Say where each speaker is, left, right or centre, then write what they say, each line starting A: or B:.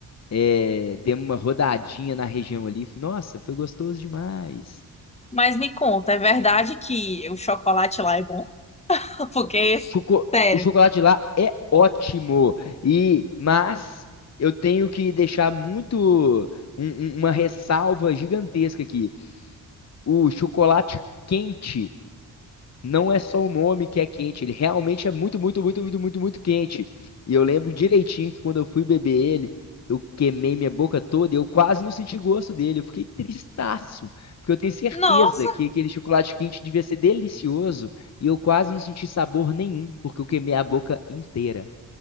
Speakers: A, on the left (about 40°); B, on the left (about 15°).
A: eh, demos uma rodadinha na região ali. Nossa, foi gostoso demais.
B: Mas me conta, é verdade que o chocolate lá é bom? <laughs> Porque,
A: Choco-
B: sério,
A: O chocolate de lá é ótimo, e mas eu tenho que deixar muito um- um- uma ressalva gigantesca aqui. O chocolate quente Não é só o nome que é quente, ele realmente é muito, muito, muito, muito, muito, muito quente. E eu lembro direitinho que quando eu fui beber ele, eu queimei minha boca toda e eu quase não senti gosto dele. Eu fiquei tristaço, porque eu tenho certeza
B: nossa!
A: que aquele chocolate quente devia ser delicioso e eu quase não senti sabor nenhum, porque eu queimei a boca inteira.